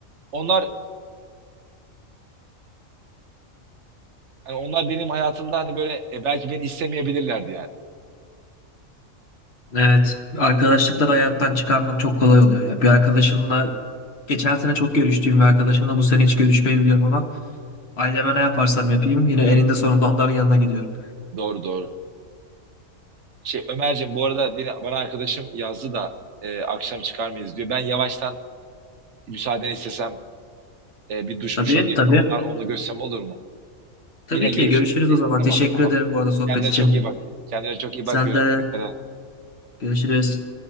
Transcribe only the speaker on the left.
Evet, arkadaşlıkları hayattan çıkarmak çok kolay oluyor ya. Bir arkadaşımla geçen sene çok görüştüğüm bir arkadaşımla bu sene hiç görüşmeyebiliyorum ama aileme ne yaparsam yapayım yine elinde sonunda onların yanına gidiyorum.
Tabii,
tabii.
Tabii
ki görüşürüz
o zaman.
Teşekkür
ederim bu arada sohbet
için.
Sen
de
görüşürüz.